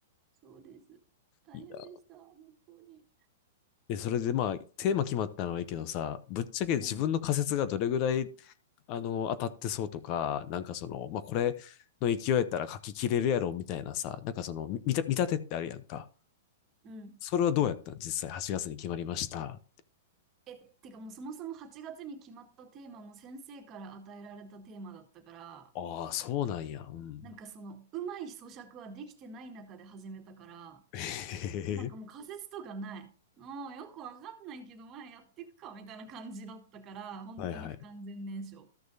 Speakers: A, on the right; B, on the left.
A: そうです。大変でした、
B: いや。
A: 本当に。
B: で、それでまあ、テーマ決まったのはいいけどさ、ぶっちゃけ自分の仮説がどれぐらい、
A: うん。
B: あの、当たってそうとか、なんかその、まあこれの勢いやったら書き切れるやろみたいなさ、なんかその、み見た、見立てってあるやんか。
A: うん。
B: それはどうやったの実際8月に決まりました。
A: え、てかもうそもそも8月に決まったテーマも先生から与えられたテーマだったから、
B: ああ、そうなんや。うん。
A: なんかそのうまい咀嚼はできてない中で始めたから、
B: <laughs> へへへ
A: なんかもう仮説とかない。もうよくわかんないけど、まあやっていくかみたいな感じだったから、本当に不完全燃焼。
B: はいはい。